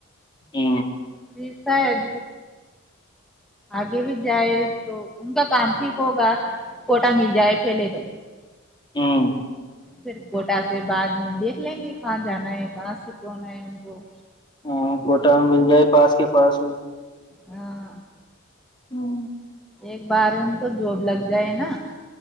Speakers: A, on the left; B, in the centre.
A: ہ
B: ویسد آگے بھی جائے تو ان کا کام ٹھیک ہوگا کوٹا مل جائے پہلے تو
A: ہوں
B: پھر کوٹا سے بعد میں دیکھ لیں گے کہاں جانا ہے کہاں سے توونا ہے ان کو
A: ہاں کوٹا مل جائے پاس کے پاس میں
B: ہاں
A: او
B: ایک بار ان کو ڈھوب لگ جائے نا